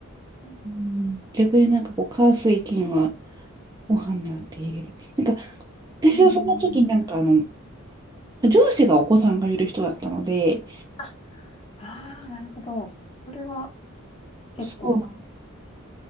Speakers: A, on the left (about 25°); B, on the right (about 20°).
A: うん、
B: うん、逆になんかこう、火水金はご飯の予定入れる。なんか、私はその時になんかあの、
A: うん
B: 上司がお子さんがいる人だったので、
A: あ、ああ、なるほど。それは結構
B: そう、